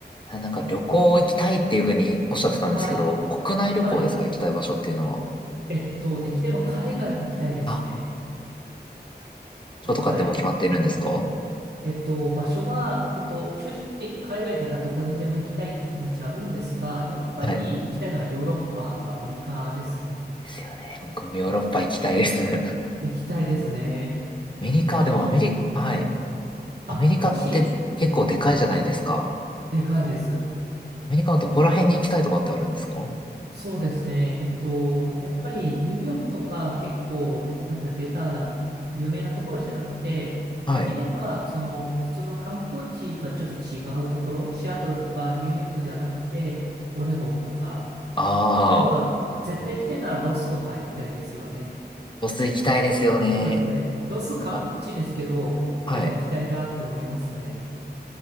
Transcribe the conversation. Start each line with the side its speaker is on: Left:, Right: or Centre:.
Left: あなんか旅行行きたいっていうふうにおっしゃってたんですけど、
Right: はい。
Left: 国内旅行ですか行きたい場所っていうのは。
Right: はい。えっと、できれば海外に行きたいですね。
Left: あ、
Right: 海外。
Left: ょっとかってもう決まっているんですか
Right: えっと、場所は、えっと、正直言って海外だったらどこにでも行きたいって気持ちはあるんですが、やっぱり行きたいのはヨーロッパとアメリカですね。
Left: はい。ですよね。僕もヨーロッパ行きたいです。<laughs>
Right: 行きたいですね。
Left: アメリカ、
Right: あの、
Left: でもアメリ、はい。
Right: ええ、
Left: アメリカって結構でかいじゃないですか。
Right: あ、もし、ええ、でかいです。
Left: アメリカのどこら辺に行きたいとかってあるんですか
Right: そうですね。えっと、やっぱりニューヨークとか結構、なんていうのベターな、有名なところじゃなくて、
Left: はい。
Right: できれば、その、普通の観光地とはちょっと違うところ、シアトルとかニューヨークではなくて、オレゴンとか、
Left: ああ、
Right: まあ、あとは、絶対行きたいならロスとか行きたいですよね。
Left: ロス行きたいですよね。
Right: そうですね。ロス観光地ですけど、
Left: なんか、はい。
Right: でも行きたいなって思いますね。